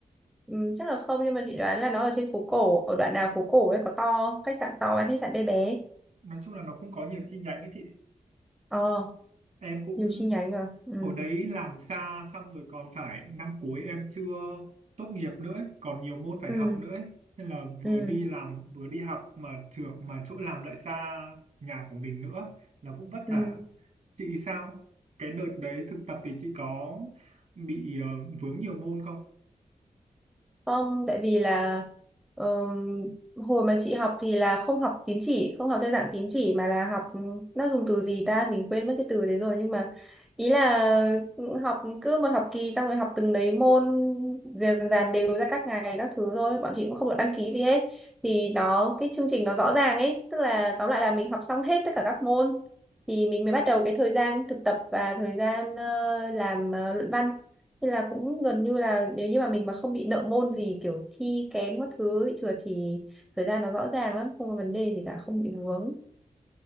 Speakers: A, in the centre; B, on the right.
A: Ừ, chắc là không nhưng mà chị đoán là nó ở trên phố cổ ở đoạn nào phố cổ ấy có to khách sạn to hay khách sạn bé bé
B: nói chung là nó cũng có nhiều chi nhánh ấy chị
A: ờ
B: em cũng
A: nhiều chi nhánh rồi ừ
B: ở đấy làm xa xong rồi còn phải năm cuối em chưa tốt nghiệp nữa ấy. còn nhiều môn phải
A: ừ
B: học nữa ấy. nên là vừa
A: ừ
B: đi làm vừa đi học mà trường mà chỗ làm lại xa nhà của mình nữa là cũng vất
A: ừ
B: vả chị sao cái đợt đấy thực tập thì chị có bị ờ, vướng nhiều môn không
A: Không, tại vì là ờm, hồi mà chị học thì là không học tín chỉ, không học theo dạng tín chỉ mà là học ừ, nó dùng từ gì ta, mình quên mất cái từ đấy rồi nhưng mà ý là ừ, học cứ một học kỳ xong rồi học từng đấy môn dần dần đều ra các ngày các thứ thôi, bọn chị cũng không được đăng ký gì hết. Thì đó cái chương trình nó rõ ràng ấy, tức là tóm lại là mình học xong hết tất cả các môn thì mình mới bắt đầu cái thời gian thực tập và thời gian ờ, làm ờ, luận văn Thế là cũng gần như là nếu như mà mình mà không bị nợ môn gì kiểu thi kém các thứ bị trượt thì thời gian nó rõ ràng lắm, không có vấn đề gì cả, không bị vướng.